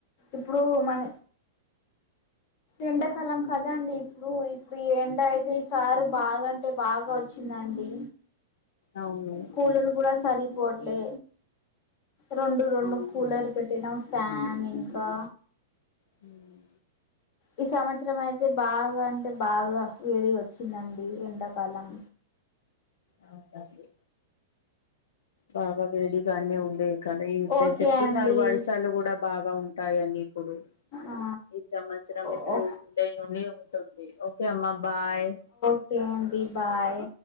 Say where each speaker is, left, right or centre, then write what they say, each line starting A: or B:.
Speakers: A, on the left; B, on the left.
A: ఇప్పుడు మన ఎండాకాలం కదా అండి ఇప్పుడు. ఇప్పుడు ఈ ఎండ అయితే ఈ సారి బాగాంటే బాగా వచ్చిందండి.
B: అవును
A: కూలర్ కూడా సరిపోవట్లే రెండు రెండు
B: అవును
A: కూలర్ పెట్టినా ఫ్యాన్ ఇంకా
B: మ్
A: ఈ సంవత్సరం అయితే బాగా అంటే బాగా వేడి వచ్చిందండి ఎండాకాలం.
B: అవును లాస్ట్ ది బాగా వేడిగానే ఉండేవి కదా, ఇంతే
A: ఓకే
B: చెప్తున్నారు
A: అండి
B: వర్షాలు కూడా బాగా ఉంటాయని. ఇప్పుడు
A: ఆ
B: ఈ సంవత్సరం
A: ఓ
B: ఇప్పుడు జూలై నుండి ఉంటుంది. ఓకే అమ్మా బాయ్
A: ఒకే అండీ బాయ్